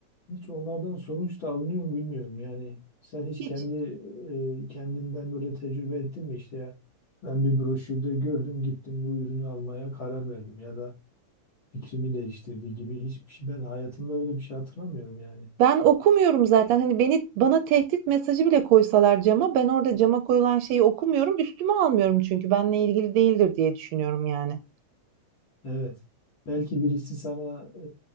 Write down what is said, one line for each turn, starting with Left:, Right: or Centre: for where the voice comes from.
Left: Hiç onlardan sonuç da alınıyor mu bilmiyorum yani. Sen hiç
Right: Hiç.
Left: kendi e, kendinden böyle tecrübe ettin mi işte ya? Ben bir broşürde gördüm gittim bu ürünü almaya karar verdim ya da fikrimi değiştirdi gibi hiçbir şey ben hayatımda böyle bir şey hatırlamıyorum yani.
Right: Ben okumuyorum zaten. Hani beni bana tehdit mesajı bile koysalar cama, ben orada cama koyulan şeyi okumuyorum. Üstüme almıyorum çünkü benimle ilgili değildir diye düşünüyorum yani.
Left: Evet. Belki birisi sana e,